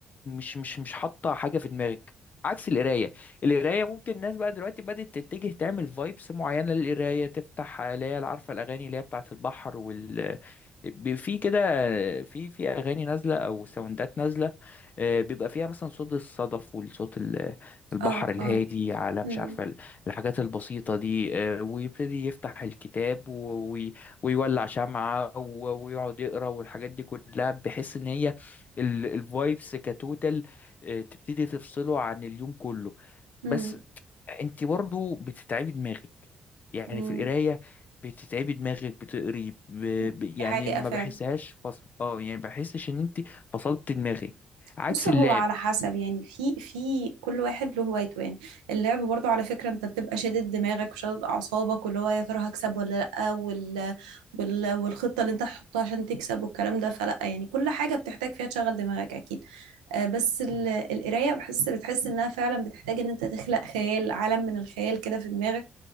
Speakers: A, on the left (about 45°); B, on the right (about 85°).
A: مش مش مش حاطه حاجه في دماغك عكس القرايه القرايه ممكن الناس بقى دلوقتي بدات تتجه تعمل فايبس معينه للقرايه تفتح اللي هي عارفه الاغاني اللي هي بتاعه البحر وال بي- في كده في في اغاني نازله او ساوندات نازله آه، بيبقى فيها مثلا صوت الصدف والصوت ال- البحر
B: اه
A: الهادي
B: اه
A: على
B: مم.
A: مش عارفه ال- الحاجات البسيطه دي آه، ويبتدي يفتح الكتاب و- وي- ويولع شمعه و- ويقعد يقرا والحاجات دي كلها بحيث ان هي الفايبس كتوتال آه، تبتدي تفصله عن اليوم كله
B: مم.
A: بس انت برضو بتتعبي دماغك يعني
B: مم.
A: في القرايه بتتعبي دماغك بتقري ب...
B: مم.
A: ب... يعني
B: دي حقيقة
A: ما
B: فعلا
A: بحسهاش فصل اه يعني ما بحسش ان انت فصلت دماغك عكس
B: بص هو
A: اللعب
B: على حسب يعني في في كل واحد له هوايته يعني اللعب برضو على فكرة انت بتبقى شادد دماغك وشادد اعصابك واللي هو يا ترى هكسب ولا لا وال... وال... والخطة اللي انت هتحطها عشان تكسب والكلام ده فلا يعني كل حاجة بتحتاج فيها تشغل دماغك اكيد آه، بس ال-
A: مم.
B: القراية بحس بتحس إنها فعلا بتحتاج إن أنت تخلق خيال عالم من الخيال كده في دماغك